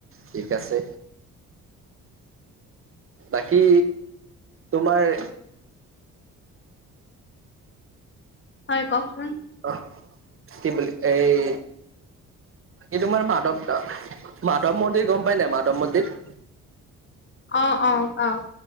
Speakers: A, on the right; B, on the left.
A: ঠিক আছে। বাকী তোমাৰ
B: হয় কওকচোন।
A: অহ, কি বুলি এই ই তোমাৰ, মাধৱ আহ, মাধৱ মন্দিৰ গম পায় নাই, মাধৱ মন্দিৰ?
B: অ', অ', পাও।